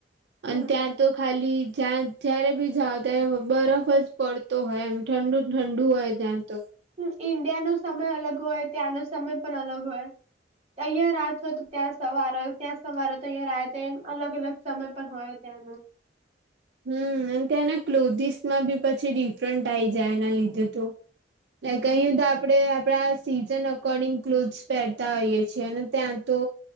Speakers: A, on the right; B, on the right.
A: હમ
B: અને ત્યાં તો ખાલી જ્યાં જયારે બી જાઓ ત્યારે બરફ જ પડતો હોય એમ ઠંડુ ઠંડુ હોય ત્યાં તો
A: હમ્મ, ઈન્ડિયાનો સમય અલગ હોય, ત્યાંનો સમય પણ અલગ હોય. અહિયાં રાત હોય તો ત્યાં સવાર ત્યાં સવારે હો તો અહિયાં રાતે અલગ અલગ સમય પણ હોય. તેમ.
B: હમ્મ, અને ત્યાંના ક્લોધિસ માં બી પછી ડિફરન્ટ આ આવી જાય એના લીધે તો. એટલે
A: હમ
B: કઈ તો આપડે આપડા સીઝન અકોર્ડિંગ ક્લોથસ પહેરતા હોઈએ છીએ અને ત્યાં તો